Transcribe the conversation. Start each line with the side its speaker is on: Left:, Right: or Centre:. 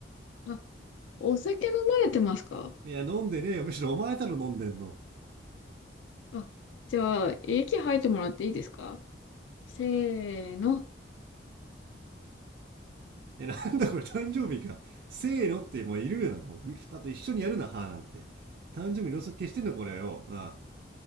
Left: あ、お酒飲まれてますか
Right: いや、飲んでねえよ。むしろお前だろ飲んでんの。
Left: あ、じゃあ、息吐いてもらっていいですかせーの。
Right: え、なんだこれ誕生日か。せーのってもういるよな。もう、ふたと一緒にやるな、はーなんて。誕生日ろうそく消してんのこれよ。なあ。